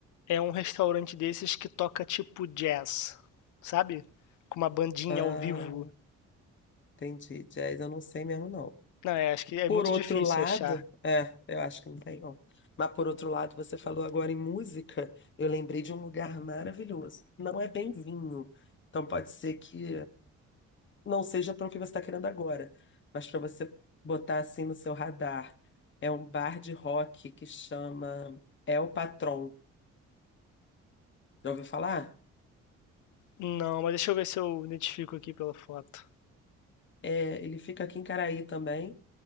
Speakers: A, on the left; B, on the left.
A: É um restaurante desses que toca tipo jazz, sabe? Com uma bandinha
B: ah,
A: ao vivo.
B: entendi. Jazz eu não sei mesmo, não.
A: Não, é, acho que é
B: Por
A: muito
B: outro
A: difícil
B: lado,
A: achar.
B: é, eu acho que não sei, não. Mas por outro lado, você falou agora em música, eu lembrei de um lugar maravilhoso. Não é bem vinho, então pode ser que não seja para o que você está querendo agora, mas para você botar assim no seu radar. É um bar de rock que chama El Patron. Já ouviu falar?
A: Não, mas deixa eu ver se eu identifico aqui pela foto.
B: É, ele fica aqui em Caraí também.